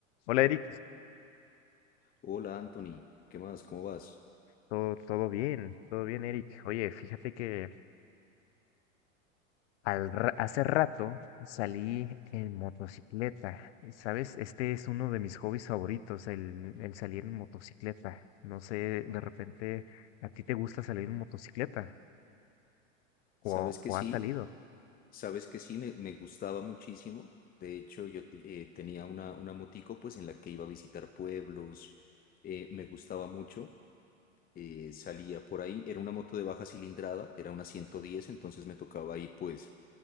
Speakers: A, on the left; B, on the left.
A: Hola Eric,
B: Hola Anthony, ¿qué más? ¿Cómo vas?
A: todo, todo bien, todo bien Eric. Oye, fíjate que al ra- hace rato salí en motocicleta. Y, ¿Sabes? Este es uno de mis hobbies favoritos, el, el salir en motocicleta. No sé, de repente, ¿a ti te gusta salir en motocicleta?
B: Sabes
A: ¿O,
B: que
A: o
B: sí,
A: has salido?
B: sabes que sí, me, me gustaba muchísimo. De hecho, yo te- eh, tenía una, una motico pues en la que iba a visitar pueblos, eh, me gustaba mucho, eh, salía por ahí, era una moto de baja cilindrada, era una 110. entonces me tocaba ir pues